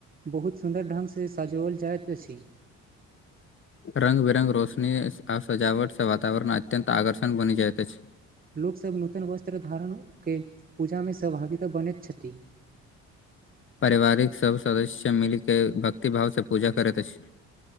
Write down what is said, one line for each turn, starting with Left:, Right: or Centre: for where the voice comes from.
Right: बहुत सुन्दर ढङ्गसँ सजाओल जाइत अछि
Left: रंग बिरंग रोशनी आ सजावट स वातवरण अत्यत आकर्षण बनि जाइत अछि
Right: लोक सब नूतन वस्त्र धारण के पूजा मे सहभागिता बनति छथि
Left: पारिवारिक सब सदस्य सब मिल के भक्ति भाव से पूजा करति अछि